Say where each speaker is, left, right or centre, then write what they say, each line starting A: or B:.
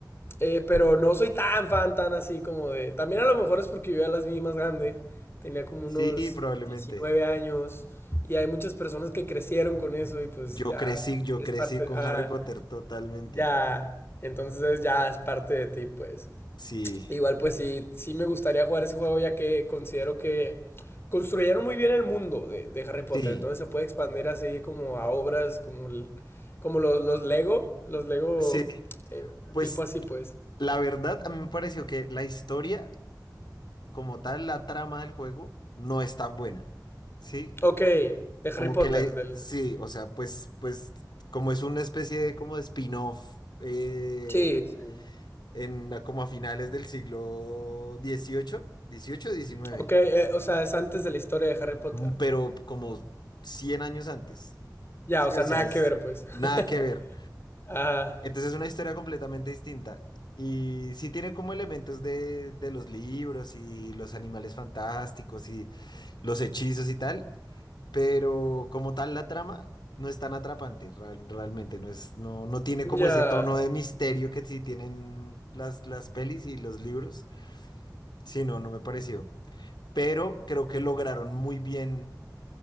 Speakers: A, on the left; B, on the left.
A: Eh, pero no soy tan fan, tan así como de... También a lo mejor es porque yo ya las vi más grande, tenía como
B: sí,
A: unos
B: probablemente.
A: 19 años y hay muchas personas que crecieron con eso y pues
B: Yo
A: ya
B: crecí, yo
A: es
B: crecí
A: parte...
B: con
A: Ah,
B: Harry Potter totalmente.
A: ya, entonces ya es parte de ti, pues.
B: Sí,
A: Igual, pues sí, sí me gustaría jugar ese juego ya que considero que construyeron muy bien el mundo de, de Harry Potter,
B: sí,
A: entonces se puede expandir así como a obras como, el- como los, los Lego, los Lego
B: sí.
A: eh,
B: Pues
A: tipo así, pues.
B: la verdad, a mí me pareció que la historia como tal la trama del juego no es tan buena. ¿Sí?
A: Ok, de
B: Como
A: Harry Potter,
B: que la...
A: del...
B: Sí, o sea, pues, pues como es una especie de como de spin-off eh,
A: Sí, sí.
B: en como a finales del siglo XVIII, XVIII, XIX,
A: Ok, eh, o sea, es antes de la historia de Harry Potter.
B: mm, pero como 100 años antes.
A: Ya,
B: Sí,
A: o sea,
B: o
A: nada
B: sea, es
A: que ver, pues.
B: nada
A: <laughs>
B: que ver.
A: Ah,
B: Entonces es una historia completamente distinta. Y sí tiene como elementos de, de los libros y los animales fantásticos y los hechizos y tal, pero como tal la trama no es tan atrapante, real- realmente no es, no, no tiene como
A: ya,
B: ese tono de misterio que sí tienen las, las pelis y los libros. Sí, no, no me pareció. Pero creo que lograron muy bien,